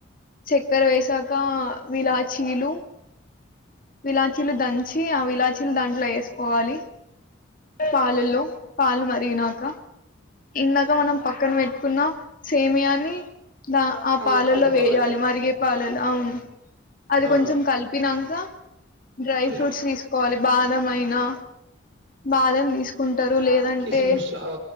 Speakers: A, on the left (about 45°); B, on the right (about 65°).
A: చక్కెర వేసాక వీలా చీలు విలాచీలు దంచి ఆ విలాచీలు దాంట్లో యేసుకోవాలి పాలల్లో పాలు మరిగినాక ఇందాక మనం పక్కన పెట్టుకున్న సేమియాని ద ఆ
B: అందులో
A: పాలల్లో
B: కలుపుకోవాలి.
A: వేయాలి మరిగే పాలలో అవును అది
B: ఆ!
A: కొంచెం కలిపినాక డ్రై ఫ్రూట్స్
B: న
A: దీసుకోవాలి బాదం అయినా బాదం తీసుకుంట ంటరు లేదంటే
B: కిస్‌మిస్ ఆ!